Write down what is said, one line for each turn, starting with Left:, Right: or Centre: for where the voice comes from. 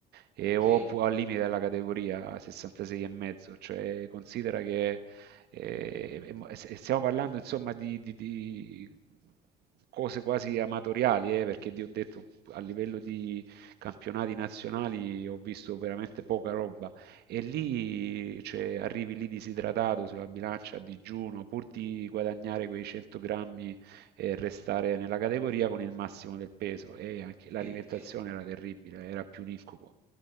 Right: e o
Centre: Sì,
Right: pu- al limite della categoria 66,5, cioè considera che eh, e- e- e s- stiamo parlando insomma di, di- di cose quasi amatoriali, eh, perché ti ho detto a livello di campionati nazionali ho visto veramente poca roba e lì cioè, arrivi lì disidratato sulla bilancia a digiuno pur di guadagnare quei 100 grammi e restare nella categoria con il massimo del peso e anche l'alimentazione
Centre: sì, sì.
Right: era terribile, era più un incubo,